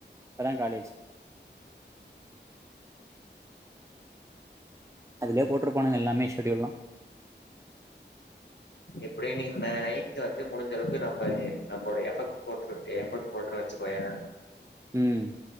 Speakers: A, on the right (about 15°); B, on the left (about 70°).
A: இப்பதா காலேஜ் அதுலயே போட்றுப்பானுங்க எல்லாமே ஷெடியூல்லா
B: இப்டியே நீ நைட் வந்து முடிஞ்சளவுக்கு நம்ம நம்மோட எஃபர்ட் போட்று எஃபர்ட் போட்ற வச்சுகோயே
A: ம்